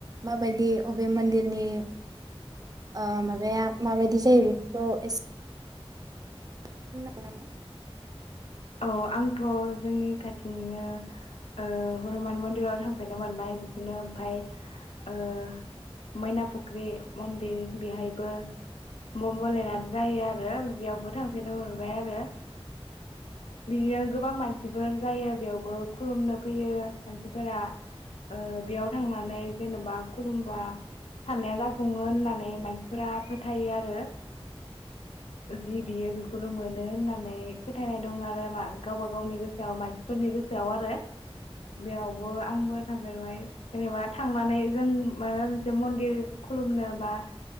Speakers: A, on the right; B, on the left.
A: मा बायदि अबे मोन्दिरनि ओ माबाया मा बायदि जायो बेखौ एसे बुंनो <unintelligible> गोन नामा?
B: ओउ आंथ जोंनि खाथिनिनो ओ हनुमान मन्दिराव थांफेरनो मोनबाय बिदिनो ओमफाय ओ मैनापुख्रि मन्दिर बेहायबो म बलेनाथ जायो आरो बेयावबो थांफेरनो मोनबाय आरो। बियाव गोबां मानसिफोर जायो बेयावबो खुलुमनो फैयो मानसिफोरा ओ बेयाव थांनानै जेनबा खुलुमबा साननाया जाफुङो होननानै मानसिफोरा फोथायो आरो जि बियो बेखौल मोनो होननानै फोथायनाय दं आरो मा गावबा गावनि गोसोआव मानसिफोरनि गोसोआव आरो। बेयावबो
A: औ
B: आंबो थां बेवहाय जेनेबा थांनानै जों माबा मोनसे मन्दिर खुलुमनो बा